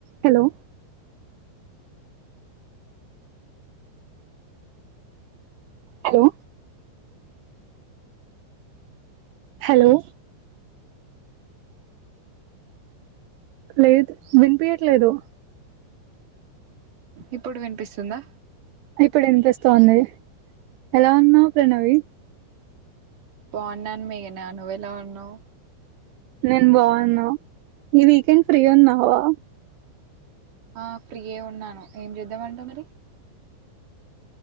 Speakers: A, on the right; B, on the right.
A: Hello hello hello లేదు వినిపియట్లేదు
B: ఇప్పుడు వినిపిస్తుందా
A: ఇప్పుడు వినిపూస్తుంది ఎలా ఉన్నావ్ ప్రణవి
B: బాగున్నాను మేఘన నువ్వు ఎలా ఉన్నావు
A: నేను బాగున్నా ఈ వీకెండ్ ఫ్రీగా ఉన్నావా
B: ఆ ఫ్రీయే ఉన్నాను ఏం చేద్దామంటావు మరి